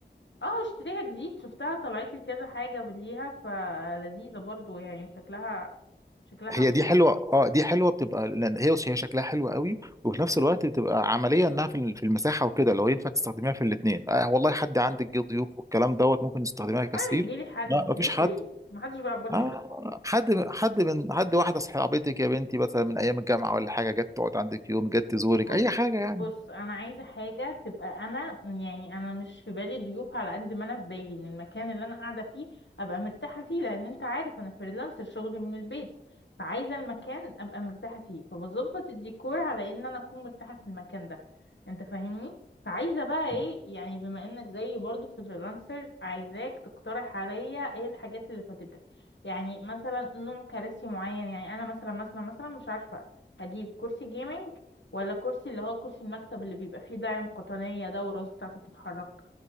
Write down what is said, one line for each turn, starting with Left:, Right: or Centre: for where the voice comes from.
Left: اه اشتريها جديد شفتها طلعت لي كذا حاجه ليها فلذيذه برضو يعني شكلها شكلها
Right: هي دي
Left: حلو
Right: حلوة اه دي حلوة بتبقى لان هي هي شكلها حلو قوي وفي
Left: اه
Right: نفس الوقت بتبقى عملية انها في ال- في المساحة وكده لو ينفع تستخدميها في الاثنين آه والله حد عندك جه ضيوف والكلام دوت ممكن تستخدميها كسرير
Left: وانا بيجي لي حد
Right: لا مفيش
Left: ضيوف
Right: حد
Left: ايه محدش بيعبرني
Right: آه
Left: غيركم
Right: حد حد من حد واحدة صاحبتك يا بنتي مثلا من ايام الجامعة ولا حاجة جت تقعد عندك يوم جت تزورك
Left: بص
Right: اي حاجة يعني
Left: بص انا عايزه حاجه تبقى انا يعني انا مش في بالي ضيوف على قد ما انا في بالي ان المكان اللي انا قاعده فيه ابقى مرتاحه فيه لان انت عارف انا فريلانسر شغلي من البيت فعايزه المكان ابقى مرتاحه فيه فبظبط الديكور على ان انا اكون مرتاحه في المكان ده انت فاهمني فعايزه بقى ايه
Right: مم.
Left: يعني بما انك زيي برضو فريلانسر عايزاك تقترح عليا ايه الحاجات اللي فاتتك يعني مثلا نوع كراسي معين يعني انا مثلا مثلا مثلا مش عارفه اجيب كرسي جيمنج ولا كرسي اللي هو كرسي المكتب اللي بيبقى فيه داعم قطنية ده والراس بتاعته بتتحرك